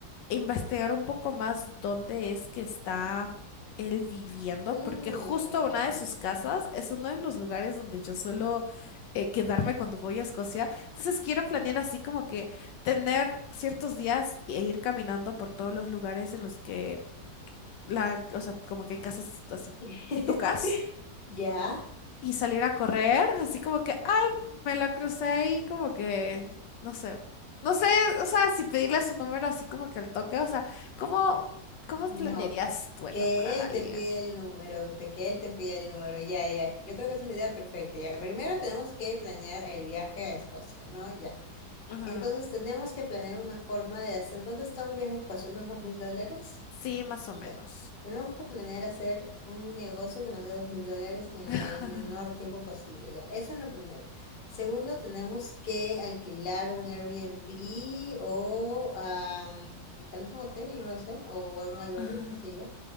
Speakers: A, on the left (about 80°); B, on the left (about 40°).
A: investigar un poco más dónde es que está él viviendo,
B: Mm,
A: porque justo una de sus casas es uno de los lugares donde yo suelo eh, quedarme cuando voy a Escocia. Entonces quiero planear así como que tener ciertos días e ir caminando por todos los lugares en los que la, o sea, como que hay casas así
B: <laughs>
A: pitucas
B: ya.
A: y salir a correr, así como que, ay, me la crucé y como que, no sé, no sé, o sea, si pedirle su número así como que al toque, o sea, ¿cómo, cómo
B: No,
A: planearías tú enamorar
B: que él
A: a alguien?
B: te pide el número, te- que él te pide el número, ya, ya. Yo creo que es una idea perfecta, ya. Primero tenemos que planear el viaje a Escocia, ¿no? Ya.
A: Ujú.
B: Entonces tenemos que planear una forma de hacer, ¿cuánto está un viaje a Escocia? ¿Unos dos mil dólares?
A: Sí, más o menos.
B: Ya, tenemos que planear hacer un negocio que nos dé dos mil dólares en el
A: <laughs>
B: may- menor tiempo posible, ya. Eso es lo primero. Segundo, tenemos que alquilar un Airbnb o am, tal vez un hotel, no lo sé, o algún albergue,
A: Ajá,
B: qué sé yo,